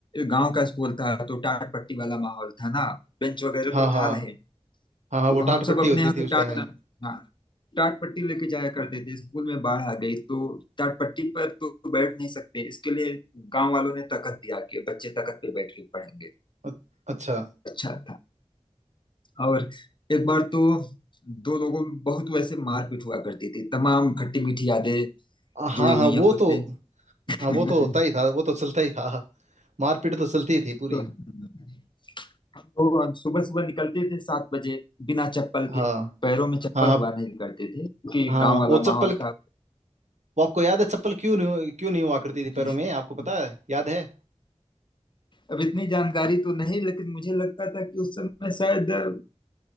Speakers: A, on the left (about 40°); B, on the right (about 80°).
A: गांव का स्कूल था तो टाट पट्टी वाला माहौल था ना बेंच वगैरह
B: हाँ
A: तो
B: हाँ
A: था नहीं तो
B: हाँ हाँ वो टाट
A: हम
B: पट्टी
A: सब
B: होती
A: अपने यहाँ
B: थी
A: से
B: उस टाइम
A: टाट
B: में
A: हाँ टाट पट्टी लेके जाया करते थे स्कूल में बाढ़ आ गई तो टाट पट्टी पर तो बैठ नहीं सकते इसके लिए गांव वालों ने तकत दिया कि बच्चे तकत पे बैठ के पढ़ेंगे
B: अ- अच्छा
A: अच्छा था और एक बार तो दो लोगों में बहुत वैसे मारपीट हुआ करती थी तमाम खट्टी मीठी यादें
B: हाँ
A: जुड़ी हुई
B: हाँ वो
A: हैं खुद
B: तो
A: से <laughs>
B: हाँ वो तो होता ही था वो तो चलता ही था मारपीट तो चलती ही थी पूरी
A: तो हम लोग सुबह सुबह निकलते थे सात बजे बिना चप्पल
B: हाँ
A: के पैरों में चप्पल
B: हाँ हाँ
A: हुआ नहीं करते थे क्योंकि
B: हाँ,
A: गांव वाला
B: वो चप्पल
A: माहौल था
B: वो आपको याद है चप्पल क्यों नहीं क्यों नहीं हुआ करती थी
A: <laughs>
B: पैरों में आपको पता है याद है
A: अब इतनी जानकारी तो नहीं लेकिन मुझे लगता था कि उस समय शायद अ,